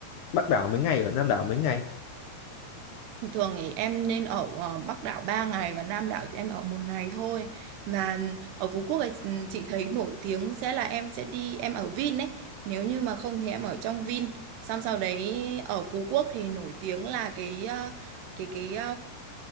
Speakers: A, on the left; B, on the right.
A: Bắc đảo mấy ngày ở Nam đảo mấy ngày?
B: Thường thì em nên ở ờ, Bắc đảo 3 ngày và Nam đảo thì em ở một ngày thôi. Và ở Phú Quốc ấy, ừ, chị thấy nổi tiếng sẽ là em sẽ đi em ở Vin ấy. Nếu như mà không thì em ở trong Vin. Xong sau đấy ở Phú Quốc thì nổi tiếng là cái ờ, cái cái